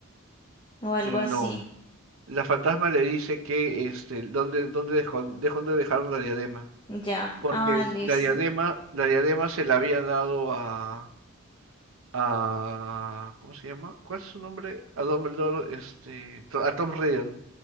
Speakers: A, on the left; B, on the right.
A: o algo
B: No.
A: así.
B: La fantasma le dice que, este, ¿dónde, dónde dejó, de- dónde dejaron la diadema?
A: Ya.
B: Porque
A: Ah, listo.
B: la diadema, la diadema se la había dado a a... ¿Cómo se llama? ¿Cuál es su nombre? A Dumbledore, este... to- A Tom Riddle.